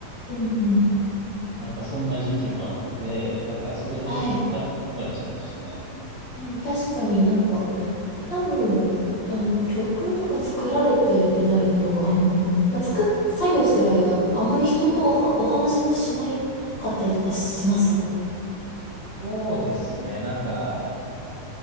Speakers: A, on the left (about 55°); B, on the right (about 70°).
A: うんうん。
B: なんかそんな時期もあって、なんかそれでちょっとつ
A: はい。
B: 疲れちゃいましたね。
A: うん、確かになんか、多分、あの、曲とか作られてるってなると、あの、まあ、作っ、作業してる間、あんまり人とおは、お話もしないかったりとかします
B: そうですね。なんか、